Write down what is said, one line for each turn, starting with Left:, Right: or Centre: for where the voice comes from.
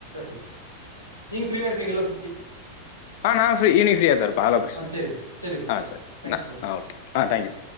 Right: ச நீங்க ஃபிரீயா இருப்பீங்களா
Left: ஆஹ் நான் ஃப்ரீ இனி ஃப்ரீயா த இருப்பேன் ஆளம் பிரச்சனை
Right: ஆ சரி சரி ப்ரோ
Left: ஆஹ்
Right: சரி
Left: சரி்
Right: தேங்க்ஸ் ப்ரோ
Left: ஓகே ஆஹ் தேங்க்யூ